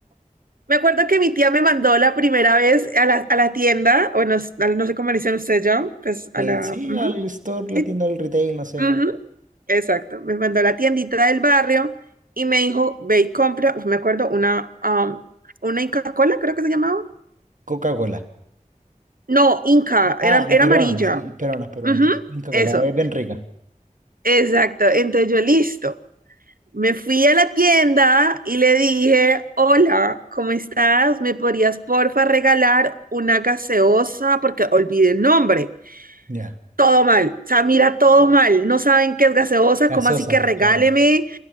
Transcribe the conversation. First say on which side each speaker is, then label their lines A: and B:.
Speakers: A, on the right; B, on the right.
A: Me acuerdo que mi tía me mandó la primera vez a la, a la tienda, bueno, s- a la- no sé cómo le dicen ustedes ya, pues a
B: Eh,
A: la...
B: sí,
A: ujú,
B: al store,
A: sí,
B: la tienda del retail, no sé,
A: ujú,
B: como
A: Exacto, me mandó a la tiendita del barrio y me dijo, ve y compra, uf, me acuerdo, una, am, una Inca Cola, creo que se llamaba.
B: Coca-Cola.
A: No, Inca,
B: Ah,
A: era,
B: la
A: era
B: peruana,
A: amarilla.
B: sí, es peruana, es peruana,
A: Ujú,
B: sí. Coca
A: eso,
B: Cola, es bien rica.
A: exacto. Entonces yo, listo. Me fui a la tienda y le dije, hola, ¿cómo estás? ¿Me podrías porfa regalar una gaseosa? Porque olvidé el nombre.
B: Ya.
A: Todo mal, o sea, mira, todo mal. No saben qué es gaseosa,
B: Gaseosa,
A: ¿cómo así que regáleme?
B: claro.